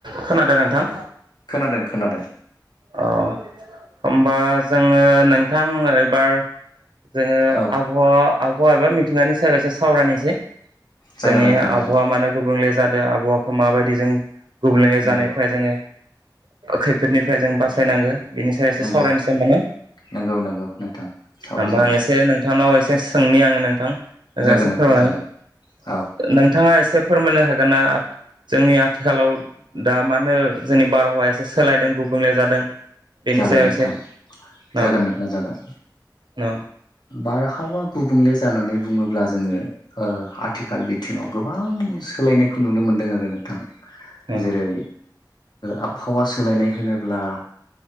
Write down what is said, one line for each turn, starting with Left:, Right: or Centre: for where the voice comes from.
Right: खोनादों नोंथां
Left: खोनादों खोनादों
Right: अ होमबा जोङो नोंथां एबार जोङो
Left: औ
Right: आबहावा आबहावा एबा मिथिंगानि सायाव एसे सावरायनोसै
Left: जागोन
Right: जोंनि
Left: नोंथां जागोन
Right: आबहावा मानो गुबुंले जादों आबहावाखौ माबायदि जों गुबले
Left: नंगौ
Right: जानायफ्राय जोङो खैफोदनिफ्राय जों बासायनांगौ बिनि सायाव एसे
Left: नंगौ
Right: सावरायनोसै माने
Left: नंगौ नंगौ नोंथां सावरायजागोन
Right: होमबा आं एसे नोंथांनाव एसे सोंनि आङो नोंथां
Left: जागोन
Right: एसे
Left: नोंथां
Right: फोरमा
Left: जागोन औ
Right: नोंथाङा एसे फोरमायनो हागोन ना जोंनि आथिखालाव दा मा होनो जोंनि बारहावाया एसे सोलायदों गुबुंले जादों बेनि
Left: जागोन
Right: सायाव
Left: नोंथां
Right: एसे न
Left: जागोन नोंथां जागोन
Right: न
Left: बार खावा गुबुंले जानानै बुङोब्ला जोङो आथिखाल बिथिङाव गोबां सोलायनायखौ नुनो मोनदों आरो नोंथां
Right: न
Left: जेरै आबहावा सोलायनाय होनोब्ला